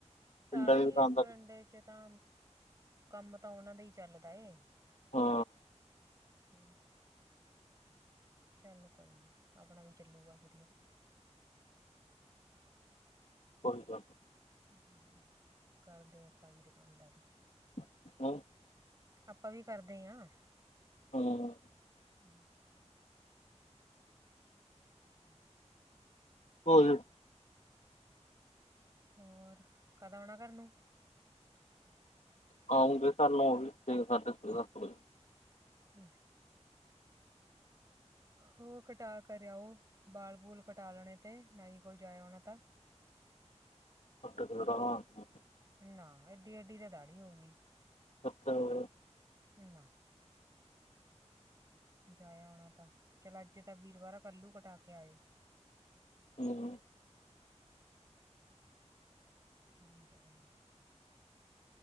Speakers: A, on the right; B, on the left.
A: ਸਾਰੇ
B: ਪਿੰਡਾਂ ਦੀ ਦੁਕਾਨਦਾਰੀ
A: ਈ ਮਰਿੰਡੇ ਚ ਤਾਂ ਕੰਮ ਤਾਂ ਓਨਾਂ ਦਾ ਹੀ ਚੱਲਦਾ ਏ,
B: ਹਾਂ
A: ਹੂੰ। ਚੱਲ ਕੋਈ ਨੀ, ਆਪਣਾ ਵੀ ਚੱਲੂਗਾ ਕਿੱਧਰੇ।
B: ਕੋਈ ਗੱਲ ਨਈ।
A: ਹੂੰ, ਕਰਦੇ ਆਪਾਂ ਵੀ ਦੁਕਾਨਦਾਰੀ।
B: <unintelligible>
A: ਆਪਾਂ ਵੀ ਕਰਦੇ ਆਂ।
B: ਹਾਂ।
A: ਹੂੰ ਹੂੰ, ਹੂੰ।
B: <unintelligible>
A: ਹੋਰ, ਕਦ ਆਉਣਾ ਘਰ ਨੂੰ?
B: ਆਉਂਗੇ, <unintelligible> ਸਾਢੇ ਛੇ ਸੱਤ ਵਜੇ।
A: ਹੂੰ। ਹੋਰ ਕਟਾ ਕਰ ਆਓ, ਬਾਲ-ਬੂਲ ਕਟਾ ਲੈਣੇ ਤੇ ਨਾਈ ਕੋਲ ਜਕ ਆਉਣਾ ਤਾ।
B: <unintelligible>
A: ਨਾ ਏਡੀ-ਏਡੀ ਤੇ ਦਾੜੀ ਹੋ ਗੀ।
B: ਅੱਛਾ।
A: ਨਾ। ਜਾਇਆ ਆਣਾ ਤਾਂ, ਚਲੋ ਅੱਜ ਤਾਂ ਵੀਰਵਾਰ ਐ ਕਲ ਨੂੰ ਕਟਾ ਕੇ ਆਇਓ।
B: ਹੂ
A: ਕੰਮ ਜਾਏ।